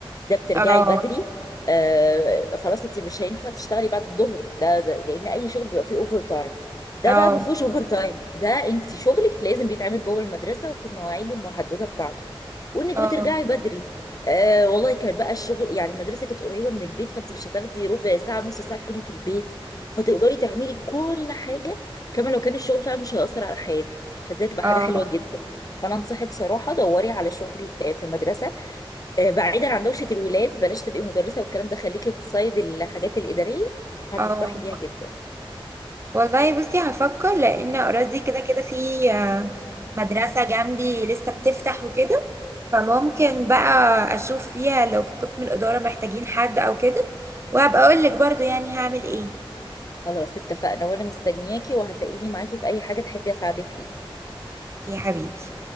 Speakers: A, on the left; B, on the right.
A: ده بترجعي
B: اه
A: بدري آه خلاص انت مش هينفع تشتغلي بعد الظهر ده, ده لان اي شغل بيبقى فيه اوفر تايم ده
B: اه
A: بقى ما فيهوش اوفر تايم ده انت شغلك لازم بيتعمل جوه المدرسه وفي المواعيد المحدده بتاعته وانك
B: اه
A: بترجعي بدري آه والله كان بقى الشغل يعني المدرسه كانت قريبه من البيت فانت مش هتاخدي ربع ساعه نص ساعه تكوني في البيت فتقدري تعملي كل حاجه كما لو كان الشغل فعلا مش هيأثر على حياتك فدي هتبقى
B: اه
A: حاجه حلوه جدا فانا انصحك صراحه دوري على شغل آه، في مدرسه آه، بعيدا عن دوشه الولاد بلاش تبقي مدرسه والكلام ده خليكي في صيد الحاجات الاداريه هتفرحي
B: اه
A: بيها جدا
B: والله بصي هفكر لان اوريدي كده كده في آه، مدرسه جنبي لسه بتفتح وكده فممكن بقى اشوف فيها لو في قسم الاداره محتاجين حد او كده وهبقى اقول لك برضو يعني هعمل ايه
A: خلاص اتفقنا وانا مستنياكي وهتلاقيني معاكي في اي حاجه تحبي اساعدك فيها
B: يا حبيبي